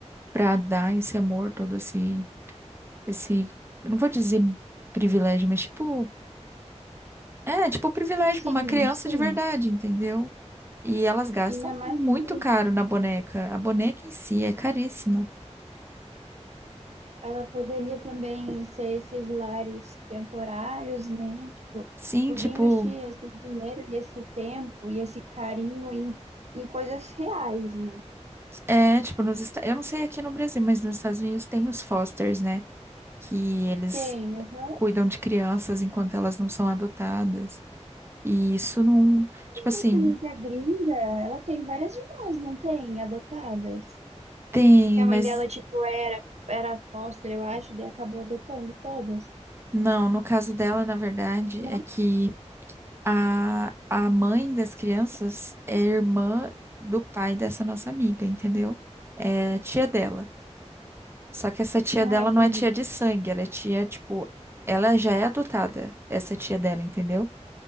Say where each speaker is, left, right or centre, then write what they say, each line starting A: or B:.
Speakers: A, on the right (about 20°); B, on the right (about 70°).
A: para dar esse amor, todo esse, esse, eu não vou dizer privilégio, mas tipo, é, tipo privilégio
B: Sim,
A: para uma criança
B: sim.
A: de verdade, entendeu? E elas gastam
B: Ainda mais
A: muito
B: que
A: caro na boneca. A boneca em si é caríssima.
B: Ela poderia também ser esses lares temporários, né? Tipo,
A: Sim,
B: podia
A: tipo,
B: investir esse dinheiro e esse tempo e esse carinho em, em coisas reais, né?
A: é, tipo, nos, Esta- eu não sei aqui no Brasil, mas nos Estados Unidos tem os fosters, né? Que eles
B: Tem. aham.
A: cuidam de crianças enquanto elas não são adotadas. E isso não, tipo assim,
B: Nossa amiga gringa, ela tem várias irmãs, não tem? Adotadas.
A: tem,
B: Que a
A: mas
B: mãe dela, tipo, era, era foster, eu acho, daí acabou adotando todas.
A: não, no caso dela, na verdade,
B: Não?
A: é que a, a mãe das crianças é irmã do pai dessa nossa amiga, entendeu? É tia dela. Só que essa tia
B: Ah,
A: dela
B: entendi.
A: não é tia de sangue, ela é tia, tipo, ela já é adotada, essa tia dela, entendeu?